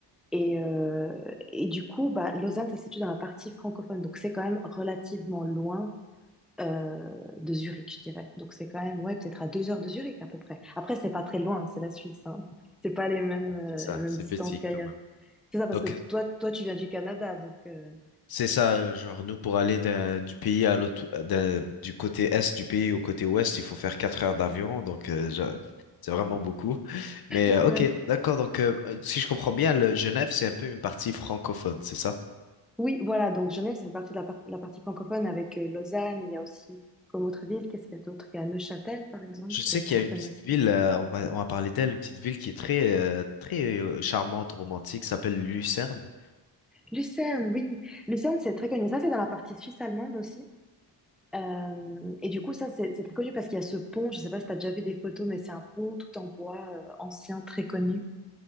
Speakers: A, in the centre; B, on the left.
A: Et, euh, et du coup, bah, Lausanne, ça se situe dans la partie francophone, donc c'est quand même relativement loin euh, de Zurich, je dirais. Donc c'est quand même, ouais, peut-être à deux heures de Zurich à peu près. Après, c'est pas très loin, hein, c'est la Suisse, hein. <laughs> C'est pas les mêmes, euh,
B: C'est ça,
A: les mêmes
B: c'est
A: distances
B: petit
A: qu'ailleurs.
B: quand même.
A: C'est ça, parce
B: Donc,
A: que t- toi, toi, tu viens du Canada, donc euh,
B: C'est ça, euh, genre nous pour aller d'un- du pays à l'autre, d'un- du côté est du pays au côté ouest, il faut faire quatre heures d'avion, donc euh, je- c'est vraiment beaucoup.
A: <laughs>
B: Mais euh,
A: ouais.
B: ok, d'accord, donc euh, si je comprends bien, le Genève c'est un peu une partie francophone, c'est ça?
A: Oui, voilà, donc Genève, ça fait partie de la, par- la partie francophone avec euh, Lausanne, il y a aussi comme autre ville, qu'est-ce qu'il y a d'autre? Il y a Neuchâtel, par exemple,
B: Je sais
A: qui est francophone
B: qu'il y a une petite
A: aussi.
B: ville, euh, on m'a on m'a parlé d'elle, une petite ville qui est très euh, très euh, charmante, romantique, s'appelle Lucerne.
A: Lucerne, oui, Lucerne, c'est très connu. Ça, c'est dans la partie suisse allemande aussi. Euh, et du coup, ça, c'est c'est très connu parce qu'il y a ce pont, je sais pas si tu as déjà vu des photos, mais c'est un pont tout en bois, euh, ancien, très connu.